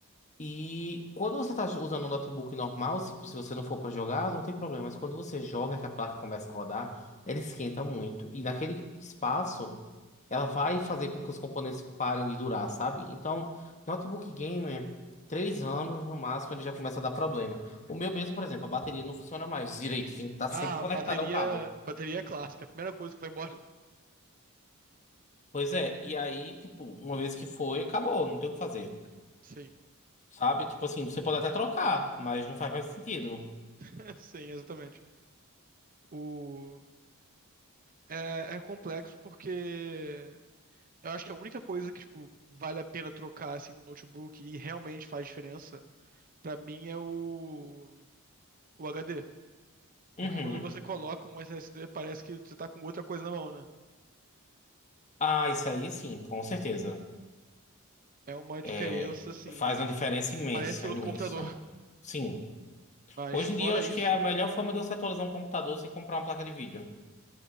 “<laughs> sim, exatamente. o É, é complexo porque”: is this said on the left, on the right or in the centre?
Right